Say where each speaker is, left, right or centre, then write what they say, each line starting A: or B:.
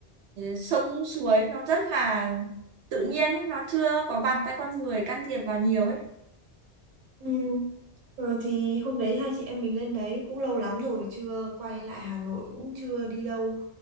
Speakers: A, on the right; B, on the right.
A: sông suối nó rất là tự nhiên ấy nó chưa có bàn tay con người can thiệp vào nhiều ấy
B: Ừ. Ờ, thì hôm đấy hai chị em mình lên đấy cũng lâu lắm rồi chưa quay lại Hà Nội cũng chưa đi đâu